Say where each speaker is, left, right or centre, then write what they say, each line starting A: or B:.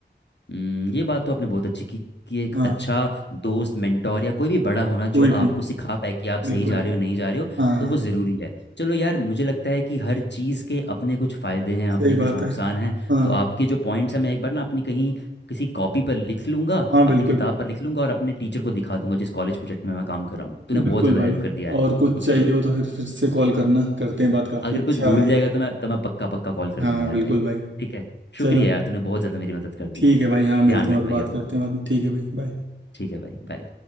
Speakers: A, on the left; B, on the right.
A: हम्म, ये बात तो आपने बहुत अच्छी की कि एक
B: हाँ
A: अच्छा दोस्त मेंटोर या कोई भी बड़ा होना
B: कोई
A: जो
B: भी
A: आपको सिखा पाए कि आप
B: बिल्कुल
A: सही जा रहे हो नहीं जा रहे हो
B: हाँ
A: तो वो ज़रूरी है चलो यार मुझे लगता है कि हर चीज़ के अपने कुछ फ़ायदे हैं अपने
B: सही
A: कुछ
B: बात
A: नुकसान
B: है
A: हैं
B: हाँ
A: तो आपके जो पॉइंट्स हैं मैं एक बार ना अपनी कहीं किसी कॉपी पर लिख लूंगा
B: हाँ
A: अपनी
B: बिल्कुल
A: किताब पर लिख लूंगा और अपने टीचर को दिखा दूंगा जिस कॉलेज प्रोजेक्ट में मैं काम कर रहा हूँ तूने
B: बिल्कुल
A: बहुत ज़्यादा
B: भाई
A: हेल्प कर दी यार मेरी
B: और कुछ चाहिए हो तो फिर फिर से कॉल करना करते हैं
A: <laughs>
B: बात काफी
A: अगर
B: अच्छा
A: कुछ भूल
B: है
A: जाएगा तो मैं तो मैं पक्का पक्का कॉल कर
B: हाँ
A: लूंगा यार
B: बिल्कुल
A: भाई
B: भाई
A: ठीक है शुक्रिया
B: चलो
A: यार तूने बहुत ज़्यादा मेरी मदद कर दी
B: ठीक है भाई हाँ मिलते
A: ध्यान रख
B: हैं और
A: भाई
B: बात
A: अपना
B: करते हैं बाद में ठीक है भाई बाय
A: ठीक है भाई बाय